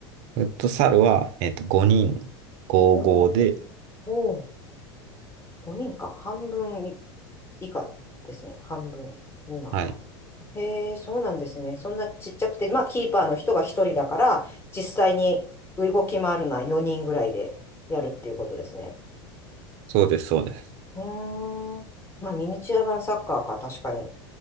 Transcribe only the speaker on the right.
フットサルは、えっと、5人、5-5で、
はい、
そうです、そうです。